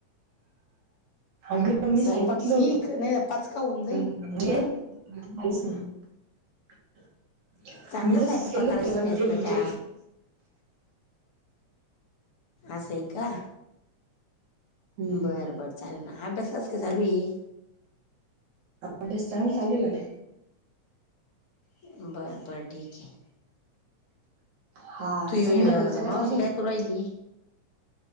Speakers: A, on the right; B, on the left.
A: अगं मी
B: स्वयंपाक
A: सांगितलं
B: शिक
A: होत.
B: नाही पाचका होऊन
A: <unintelligible>
B: जाईन हा
A: <inaudible>
B: चांगलं
A: मी
B: स्वयंपाक
A: तसचं केल होतं
B: करायला शिकायचं
A: पण ते म्हणजे
B: बेटा असायं का?
A: हम्म
B: बरं बरं चालेल ना. अभ्यास कसं काय चालूये?
A: अभ्यास चांग चालूये आता.
B: बरं बरं ठीक आहे.
A: हा
B: ते
A: संध्याकाळीचा
B: <unintelligible> मावशी
A: चालू आहे
B: काय करू राहिली?